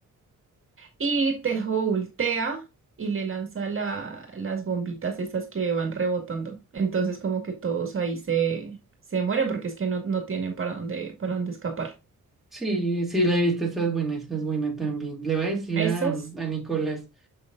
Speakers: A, on the right; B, in the centre.
A: Y Tejo ultea y le lanza la- las bombitas esas que van rebotando. Entonces como que todos ahí se, se mueren porque es que no, no tienen para dónde, para dónde escapar.
B: Sí, sí, la he visto, esa es buena, esa es buena también. Le voy a decir
A: a Esas,
B: a, a Nicolás,